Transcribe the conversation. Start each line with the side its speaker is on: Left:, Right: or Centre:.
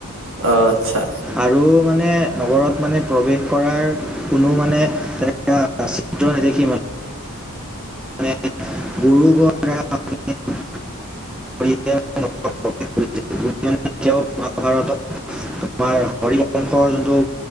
Right: অ আচ্ছা।
Centre: আৰু মানে নগৰত মানে প্ৰৱেশ কৰাৰ কোনো মানে তেনেকা। <inaudible> দেখি <inaudible>
Right: <inaudible>
Centre: <inaudible> গুৰু গৰ। <unintelligible> <inaudible> এতিয়াও মহাভাৰতত। <inaudible> আমাৰ হৰিবংশৰ টো